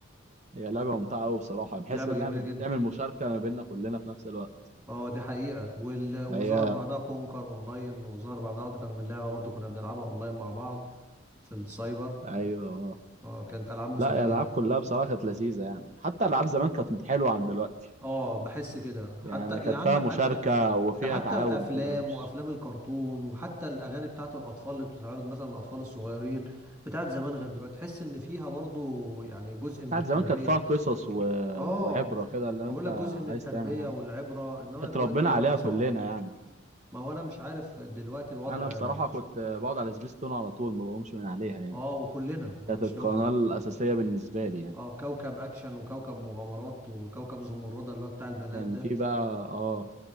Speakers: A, on the right; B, on the right.
A: هي لعبة ممتعة أوي بصراحة بحس
B: لعبة
A: إنها
B: جميلة
A: بتعمل
B: جدا
A: مشاركة ما بيننا كلنا في نفس الوقت
B: اه دي حقيقة وال... وظهر
A: هي
B: بعدها كونكر اونلاين وظهر بعدها اكتر من لعبة برضو كنا بنلعبها اونلاين مع بعض في السايبر
A: أيوه أه
B: اه كانت العاب مسلية
A: لا يا
B: جدا
A: الألعاب كلها بصراحة كانت لذيذة يعني حتى ألعاب زمان كانت حلوة عن دلوقتي
B: اه بحس كده حتى
A: يعني كانت
B: يا عم
A: فيها
B: حتى
A: مشاركة وفيها
B: ده حتى
A: تعاون
B: الافلام
A: كده مش
B: وافلام الكرتون وحتى الاغاني بتاعت الاطفال اللي بتتعرض مثلا للاطفال الصغيرين بتاعت زمان غير دلوقتي تحس ان فيها برضو يعني جزء من
A: بتاعت
B: التربية
A: زمان كانت فيها قصص و...
B: اه
A: وعبرة كده اللي
B: بقول
A: أنت
B: لك جزء من التربية
A: عايز تعمل حاجة
B: والعبرة انما
A: اتربينا
B: دلوقتي
A: عليها
B: الوضع صعب
A: كلنا يعني
B: ما هو انا مش عارف دلوقتي الوضع
A: أنا بصراحة كنت بقعد على سبيستون على طول ما بقومش من عليها يعني
B: اه وكلنا هو
A: كانت
B: مش
A: القناة
B: لوحدك
A: الأساسية بالنسبة لي يعني
B: اه كوكب اكشن وكوكب مغامرات وكوكب زمردة اللي هو بتاع البنات
A: كان
B: ده
A: في بقى اه